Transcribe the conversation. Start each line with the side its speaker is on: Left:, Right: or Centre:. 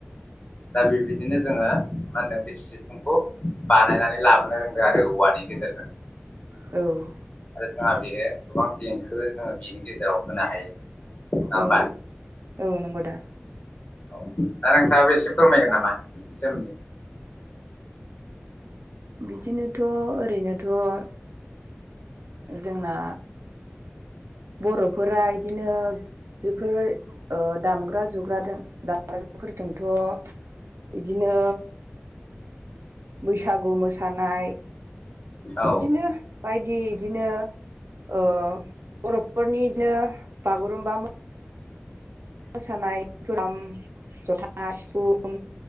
Left: दा बेबायदिनो जोङो मा होनदों बेसि सिफुंखौ बानायनानै लाबोनो रोंदों आरो औवानि गेजेरजों
Right: औ
Left: आरो जोंहा बेयो गोबां देंखो जोङो बेनि गेजेराव होनो हायो नङा होमबा
Right: ओं औ नंगौ दा
Left: औ दा नोंथाङाबो एसे फोरमायगोन नामा बेनि सोमोन्दै
Right: बिदिनोथ' ओरैनोथ' जोंना बर'फोरा इदिनो बेफोर ओ दामग्रा जुग्राजों दामग्रा जुफोरजोंथ' बिदिनो बैसागु मोसानाय
Left: औ
Right: बिदिनो बायदि इदिनो ओ बर'फोरनि बिदिनो बागुरुम्बा मोसानाय खाम जथा सिफुं